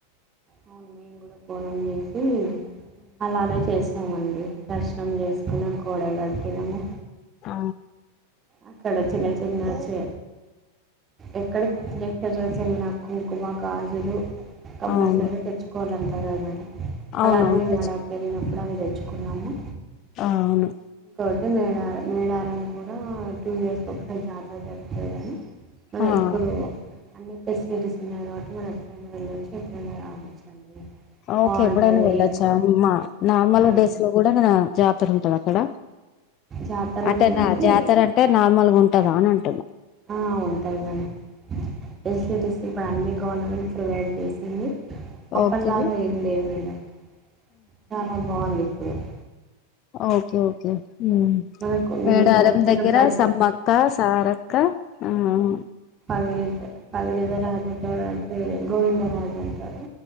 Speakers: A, on the right; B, on the left.
A: అవును మేం కూడా బోనం జేసి అలానే చేసామండి దర్శనం చేసుకున్నాము కోడ గట్టిగన
B: ఆ
A: అక్కడ వచి <unintelligible> కావచ్చు ఎక్కడకి <unintelligible> ఏన్న కుంకుమ గాజులు కంపల్సరిగా
B: అవును
A: తెచ్చుకోవాలం <unintelligible>
B: అవునవును
A: అలాడమే
B: తెచ్చు
A: నాడ పెరి అవి తెచ్చుకున్నాము
B: ఆ అవును
A: తోటి మేడారం మేడారం కూడా టూ ఇయర్స్ ఒకసారి జాతర జరుగుతదని అదే
B: ఆ
A: ఇప్పుడు అన్ని ఫెసిలిటీస్ ఉన్నాయి కాబట్టి మనం ఎప్పుడైనా వెళ్ళవచ్చు ఎప్పుడైనా రావచ్చు అండి
B: ఓకే
A: బాగుంటది
B: ఎప్పుడైనా వెళ్ళొచ్చా
A: ఇంకో
B: మా నార్మల్
A: ఆ
B: డేస్ లో కూడా న జాతర ఉంటది అక్కడ
A: జాతరని
B: అంటే
A: కాదు
B: నా జాతర అంటే నార్మల్గా ఉం టదా అనన్
A: ఆ ఉంటది మ్యామ్ ఫెసిలిటీస్ ఇప్పుడు అన్ని గవర్నమెంట్ ప్రొవైడ్ చేసింది అప్పల్లాగా
B: ఓకే
A: ఏం లేదు మేడం చాలా బావుంది <unintelligible>
B: ఓకే ఓకే ఉమ్మ్
A: మనకు
B: మేడారం
A: మొక్కిన
B: దగ్గర
A: ప్రతి
B: సమ్మక్క సార క్క మ్ మ్
A: పగడిద్ద పగడింద రాజాంట రాజు వేరే గోవిందరాజు అంటారు